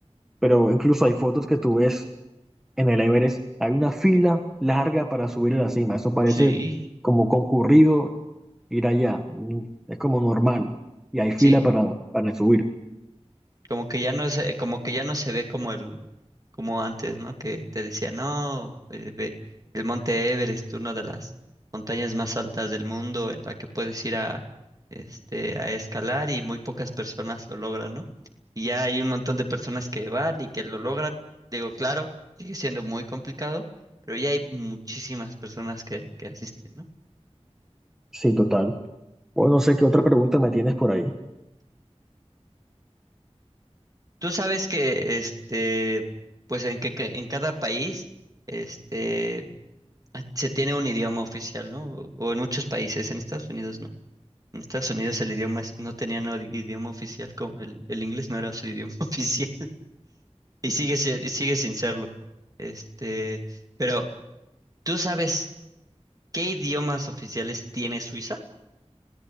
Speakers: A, in the centre; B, on the right.
A: pero incluso hay fotos que tú ves en el Everest, hay una fila larga para subir a la cima. Eso parece
B: Sí.
A: como concurrido ir allá. Mm, Es como normal y hay fila
B: Sí,
A: para, para subir.
B: Como que ya no se, como que ya no se ve como el, como antes, ¿no? Que te decía, no, eh, ve el Monte Everest, una de las montañas más altas del mundo, en la que puedes ir a, este, a escalar y muy pocas personas lo logran, ¿no? Y ya hay un montón de personas que van y que lo logran. Digo, claro, sigue siendo muy complicado, pero ya hay muchísimas personas que, que asisten, ¿no?
A: Sí, total. Bueno, no sé qué otra pregunta me tienes por ahí.
B: Tú sabes que, este, pues en que que en cada país, este Ah, Se tiene un idioma oficial, ¿no? O, o en muchos países, en Estados Unidos no. En Estados Unidos el idioma es- no tenía no- idioma oficial, como el, el inglés no era su idioma <laughs> oficial y sigue, si- y sigue sin serlo. Este, pero ¿tú sabes qué idiomas oficiales tiene Suiza?